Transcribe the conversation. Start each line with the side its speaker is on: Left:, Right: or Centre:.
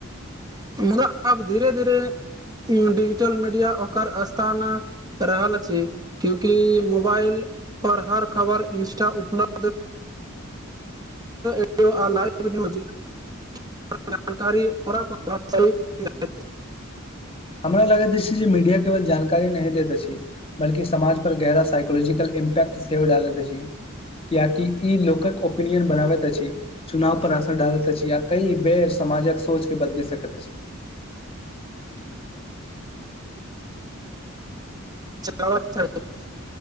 Right: मुदा आब धीरे धीरे डिजिटल मीडिया ओकर स्थान रहल छी क्यूकि मोबाइल पर हर खबर इंस्टा पर उपलब्ध <inaudible> <unintelligible>
Left: हमरा लगैत अछि जे मीडिया केवल जानकारी नहि दैत अछि बल्कि समाज पर गहरा साइकोलॉजिकल इम्पैट सेहो डालत अछि कियाकि ई लोकक ओपिनियन बनाबैत अछि चुनाव पर असर डालैत अछि या कई बेर समाजक सोच के बदलि सकैत अछि
Right: च चाही <unintelligible>